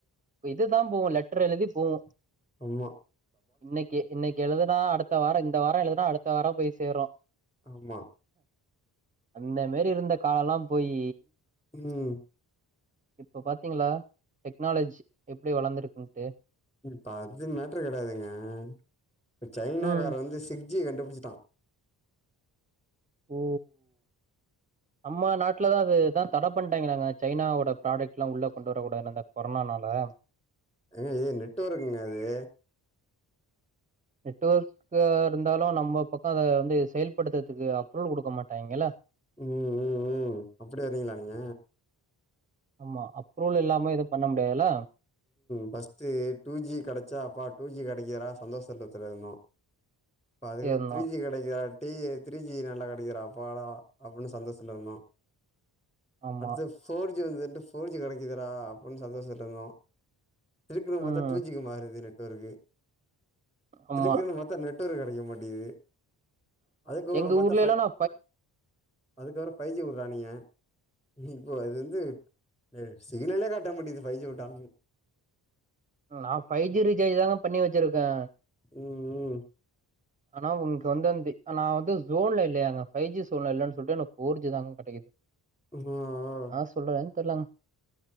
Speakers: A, on the right (about 20°); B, on the left (about 15°).
A: இதுதா போவு லட்ர்ரு எழுதி போவு
B: அம்மா
A: இன்னைக்கி இன்னைக் எழுதுனா அடுத்த வார இந்த வார எழுதுனா அடுத்த வாரோ போய் சேரும்
B: ஆமா
A: அந்த மேரிருந்த காலல்லா போயி
B: ம்
A: இப்ப பாத்திங்ளா டெக்னாலஜ்ஜி எப்டி வளந்துருக்குன்ட்டு
B: இப்ப அது மேட்ரு கெடயாதுங்க இப்ப சைனா
A: ம்
B: கார வந்து சிக்ஸ் ஜி கண்டுபுடிச்சிட்டான்
A: ஓ நம்ம நாட்ல தா அது தா தட பண்ட்டாய்ங்களாங்க சைனாவோட ப்ராடெக்ட் லா உள்ள கொண்டு வரக்கூடாது அந்த கொரோனா னால
B: ஏங்க ஏ நெட்ஒர்க்குங்க அது
A: நெட்ஒர்க்க இருந்தாலு நம்ம பக்க அத வந்து செயல்படுத்தர்துக்கு அப்ரூவல் குடுக்க மாட்டாய்ங்கள
B: ம் ம் ம் அப்டி வரிங்ளா நீங்க
A: ஆமா அப்ரூவல் இல்லாம எது பண்ண முடியாதுல
B: ஃபஸ்ட் டூ ஜி கெடச்சா அப்பா டூ ஜி கெடைக்கர்றா சந்தோஷ்த்ல இருந்தோ இப்ப அதுக்கப்
A: இருந்தோ
B: த்ரீ ஜி கடைக்காத் டீயே த்ரீ ஜி நல்லா கெடைக்குர்றா அப்பாடா அப்டின்னு சந்தோஷ்ஷத்ல இருந்தோ
A: ஆமா
B: அட்த்து ஃப் ஃபோர் ஜி வந்துட்டு ஃபோர் ஜி கெடைக்குதுடா அப்புன் சந்தோஷத்ல இருந்தோ திருப்யு பாத்தா
A: ம்
B: டூ ஜி மாறுது நெட்ஒர்க்கு
A: ஆமா
B: திருப்பியு மத் தா நெட்ஒர்க் கெடைக்க மாட்டிகுது அதுக்கப்றோ
A: எங்க
B: பாத்தா
A: ஊர்லல்லா
B: ஃபை
A: நா
B: அதுக்கப்றோ ஃபைவ் ஜி உட்றானிங்க இப்போ அது வந்து சிக்னலே காட்ட மாட்டிகுது ஃபை ஜி உட்டால்மு
A: நா ஃபை ஜி ரீசார்ஜ் தான பண்ணி வச்சிருக்கே
B: ம் ம்
A: ஆனா உன்க்கு வந்து அந்தி நா வந்து ஜோன்ல இல்லயாங்க ஃபைவ் ஜி சோன்ல இல்லன் சொல்ட்டு எனக்கு ஃபோர் ஜி தாங்க கெடைக்குது
B: ம் ஆ ஆ
A: நா சொல்றதுன் தெர்லங்க